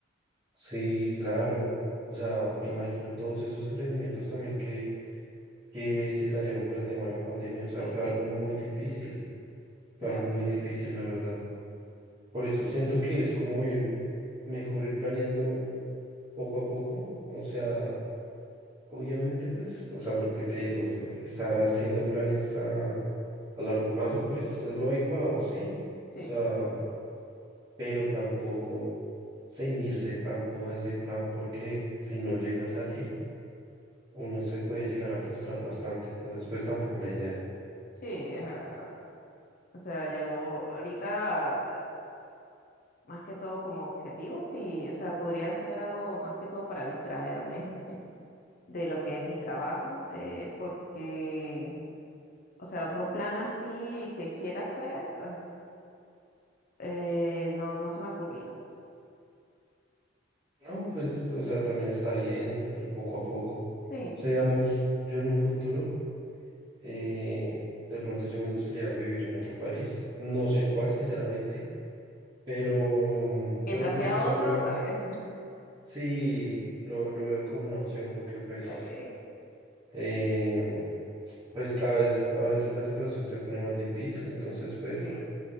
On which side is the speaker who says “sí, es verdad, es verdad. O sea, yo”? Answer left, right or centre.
Left